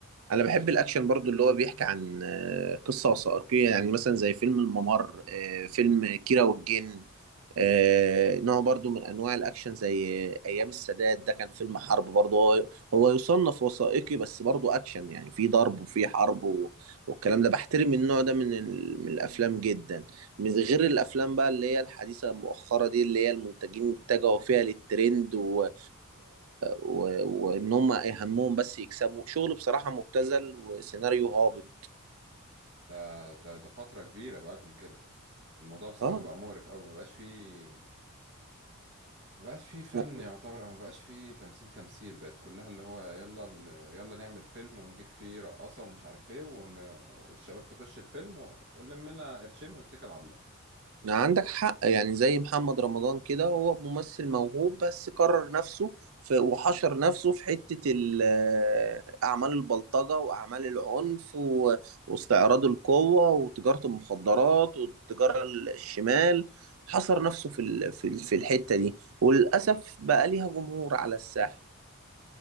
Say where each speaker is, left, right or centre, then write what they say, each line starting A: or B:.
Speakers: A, on the right; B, on the right.
A: انا بحب الاكشن برضو اللي هو بيحكي عن آه، قصة وثائقية يعني مثلا زي فيلم الممر آه، فيلم كيرة والجن آه، نوع برضو من انواع الاكشن زي آه، ايام السادات ده كان فيلم حرب برضو هو هو يصنف وثائقي بس برضو اكشن يعني في ضرب وفي حرب و- والكلام ده بحترم النوع ده من ال- من الافلام جدا من غير الافلام بقى اللي هي الحديثة المؤخرة دي اللي هي المنتجين اتجهوا فيها للترند و... و... وان هم اهمهم بس يكسبوا شغل بصراحه مبتذل وسيناريو هابط
B: ده ده ده فترة كبيرة بقالهم كده الموضوع بصراحة
A: اه
B: بقى مقرف أوي مبقاش فيه مبقاش فيه فن
A: لا
B: يعتبر أو مبقاش فيه تمثيل تمثيل بقت كلها اللي هو يلا ال- يلا نعمل فيلم ونجيب فيه رقاصة ومش عارف ايه ون... والشباب تخش الفيلم و- ونلم لنا قرشين ونتكل على الله
A: لا، عندك حق يعني زي محمد رمضان كده هو ممثل موهوب بس كرر نفسه في وحشر نفسه في حتة ال- أعمال البلطجة وأعمال العنف و- واستعراض القوة وتجارة المخدرات والتجارة الشمال حصر نفسه في ال- في ال- في الحتة دي وللأسف بقى ليها جمهور على الساحة